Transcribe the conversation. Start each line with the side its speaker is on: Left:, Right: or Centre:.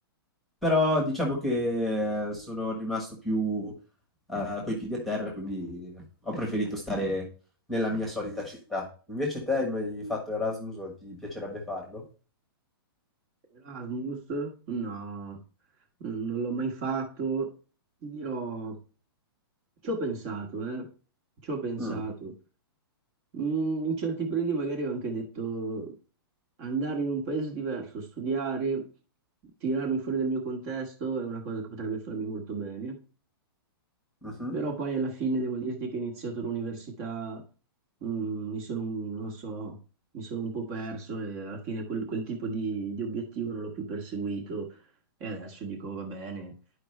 Centre: però diciamo che sono rimasto più eh, coi piedi a terra, quindi ho preferito stare nella mia solita città. Invece te hai mai fatto Erasmus o ti piacerebbe farlo?
Right: Erasmus? No, non non l'ho mai fatto. Ti dirò. Ci ho pensato, eh, ci ho pensato.
Centre: Mm,
Right: Mm, in certi periodi magari ho anche detto andare in un paese diverso, studiare, tirarmi fuori dal mio contesto è una cosa che potrebbe farmi molto bene.
Centre: mhm.
Right: Però poi alla fine devo dirti che ho iniziato l'università, mm, mi sono, un- non so, mi sono un po' perso e alla fine quel, quel tipo di, di obiettivo non l'ho più perseguito e adesso dico va bene.